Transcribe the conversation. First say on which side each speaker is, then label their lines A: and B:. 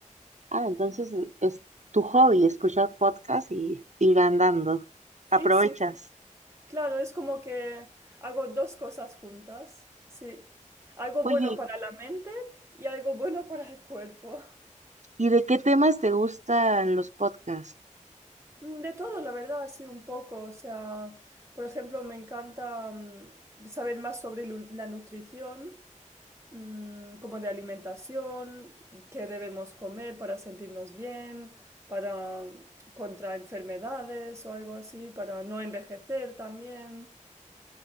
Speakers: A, on the right; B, on the right.
A: ah, entonces es tu hobby, escuchar podcast y ir andando.
B: Sí,
A: Aprovechas.
B: sí, sí. Claro, es como que hago dos cosas juntas, sí. Algo
A: Oye,
B: bueno para la mente y algo bueno <laughs> para el cuerpo.
A: ¿y de qué temas te gustan los podcasts?
B: Mm, De todo, la verdad, así un poco. O sea, por ejemplo, me encanta mm, saber más sobre lu- la nutrición, mm, como de alimentación, qué debemos comer para sentirnos bien, para mm, contra enfermedades o algo así, para no envejecer también.